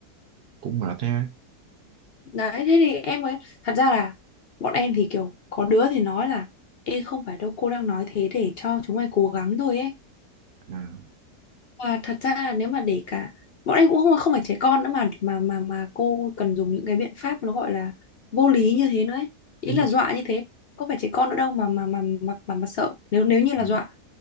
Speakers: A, on the right; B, on the left.
A: cũng mệt ha
B: đấy thế thì em mới thật ra là bọn em thì kiểu có đứa thì nói là ê không phải đâu cô đang nói thế để cho chúng mày cố gắng thôi ấy
A: à
B: và thật ra là nếu mà để cả bọn em cũng không không phải trẻ con nữa mà mà mà mà cô cần dùng những cái biện pháp nó gọi là vô lý như thế nữa ấy. ý
A: đúng
B: là
A: rồi
B: dọa như thế có phải trẻ con nữa đâu mà mà mà mà mà, mà sợ nếu nếu như là
A: ừ.
B: dọa